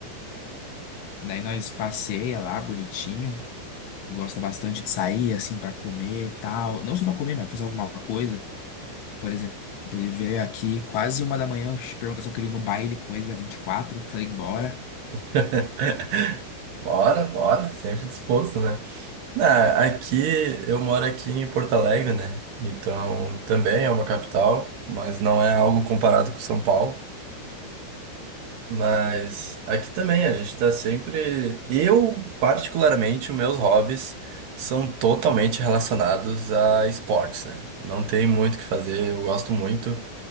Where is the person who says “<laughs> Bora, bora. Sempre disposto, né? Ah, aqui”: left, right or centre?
Right